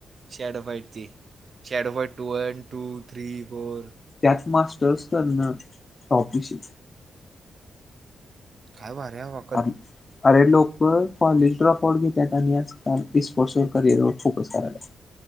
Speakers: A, on the right; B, on the left.
A: शॅडो फाईट ती shadow fight two one two three four
B: त्यात मास्टर्स करणं टॉपी श
A: काय भारी आहे नव
B: अर अरे लोक कॉलेज्रफ फॉड घेतात आणि याच स्पोर्ट्सवर करिअरवर फोकस कराला